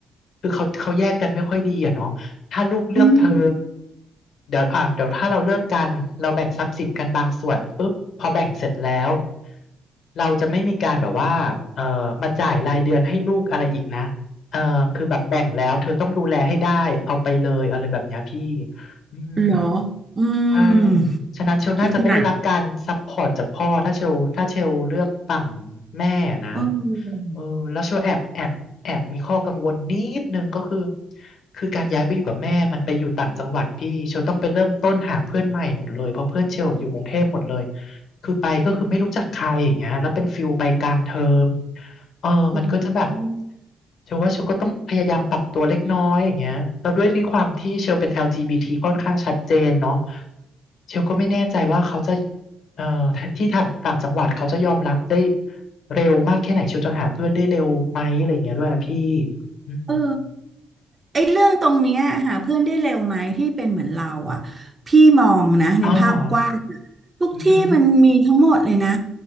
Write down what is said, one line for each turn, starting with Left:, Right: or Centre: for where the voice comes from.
Left: คือเขาเขาแยกกันไม่ค่อยดีอะเนาะถ้าลูกเลือกเธอ
Right: อืม
Left: เดี๋ยวอ่ะเดี๋ยวถ้าเราเลิกกันเราแบ่งทรัพย์สินกันบางส่วนปุ๊บพอแบ่งเสร็จแล้วเราจะไม่มีการแบบว่าเออมาจ่ายรายเดือนให้ลูกอะไรอีกนะเออคือแบบแบ่งแล้วเธอต้องดูแลให้ได้เอาไปเลยอะไรแบบเนี้ยพี่อืม
Right: เหรออืม
Left: ใช่ฉะนั้นเชลน่าจะไม่ได้รับการซัพพอร์ตจากพ่อถ้าเชลถ้าเชลเลือกฝั่ง
Right: คิดหนัก
Left: แม่นะ
Right: เออ
Left: เออแล้วเชลแอบแอบแอบมีข้อกังวลนิดนึงก็คือคือการย้ายไปอยู่กับแม่มันไปอยู่ต่างจังหวัดพี่เชลต้องไปเริ่มต้นหาเพื่อนใหม่หมดเลยเพราะเพื่อนเชลอยู่กรุงเทพหมดเลยคือไปก็คือไม่รู้จักใครอย่างเงี้ยแล้วเป็นฟิลไปกลางเทอม เออมันก็จะแบบ
Right: เออ
Left: เชลว่าเชลก็ต้องพยายามปรับตัวเล็กน้อยอย่างเงี้ยแล้วด้วยที่ความที่เชลเป็น LGBT ค่อนข้างชัดเจนเนาะเชลก็ไม่แน่ใจว่าเขาจะเอ่อที่ทางต่างจังหวัดเขาจะยอมรับได้เร็วมากแค่ไหนเชลจะหาเพื่อนได้เร็วไหมอะไรอย่างเงี้ยด้วยอะพี่อืม
Right: เออ ไอ้เรื่องตรงเนี้ยหาเพื่อนได้เร็วไหมที่เป็นเหมือนเราอ่ะพี่มองนะในภาพกว้างอะทุกที่มันมีทั้งหมดเลยนะ
Left: เอาเหรออืม